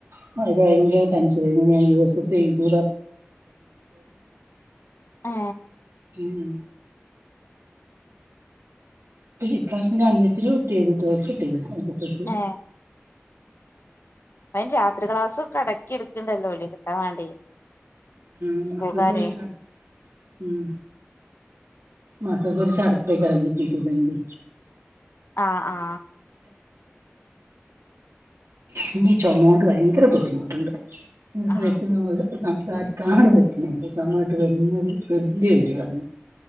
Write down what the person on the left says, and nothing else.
ഏ
ഏ അയ്ൻ രാത്രി ക്ലാസ്സൊക്കെടെക്കെടുക്ക്ണ്ടല്ലോല്ലേ കിട്ടാം വേണ്ടി
സ്കൂൾക്കാര്
ആ ആ
ആ